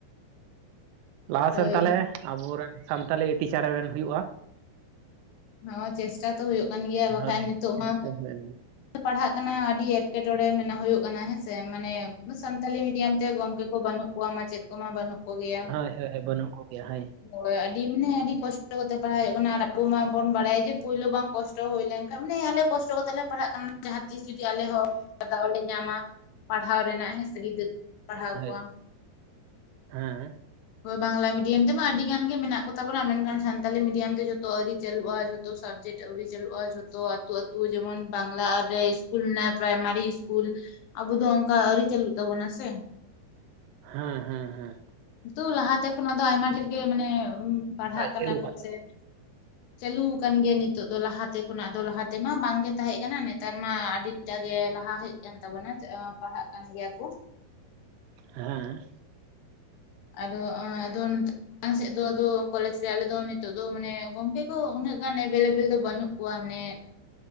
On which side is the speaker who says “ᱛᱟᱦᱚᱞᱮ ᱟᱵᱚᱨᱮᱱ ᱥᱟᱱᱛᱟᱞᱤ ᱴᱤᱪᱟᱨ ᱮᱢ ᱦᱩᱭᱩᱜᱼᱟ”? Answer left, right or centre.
Right